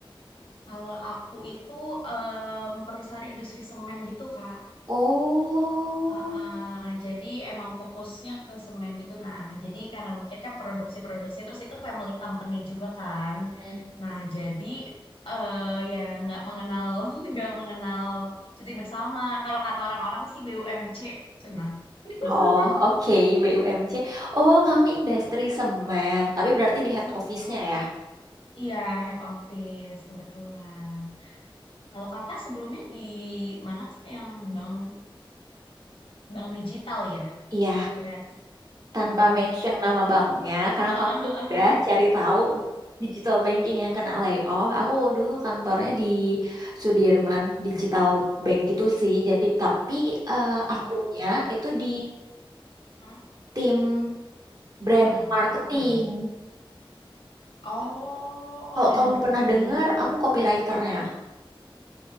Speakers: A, on the left (about 75°); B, on the right (about 45°).
A: Kalau aku itu em, perusahaan industri semen gitu, Kak.
B: Oh,
A: Heeh, jadi emang fokusnya ke semen gitu. Nah, jadi karena mungkin kan produksi-produksi, terus itu family company juga kan.
B: Hmm.
A: Nah, jadi eh ya nggak mengenal, <laughs> nggak mengenal cuti bersama. Kalau kata orang-orang sih BUMC, cenah. <laughs>
B: oh oke BUMC. Oh, kamu industri semen, tapi berarti di head
A: Mm-mm.
B: office-nya ya?
A: Iya, head office kebetulan. Kalau kakak sebelumnya di mana tuh yang bank bank digital ya?
B: Iya,
A: Berarti.
B: tanpa
A: Oh.
B: mention nama banknya, karena
A: <laughs>
B: kamu udah cari tahu digital banking yang kena layoff. Aku dulu kantornya di Sudirman, digital bank gitu sih. Jadi, tapi eh,
A: Oh.
B: akunya itu di
A: Hmm,
B: tim brand
A: Cabang.
B: marketing.
A: Oh, bukan. Oh, oh
B: Kalau
A: brand
B: kamu
A: marketing.
B: pernah dengar, aku copywriternya.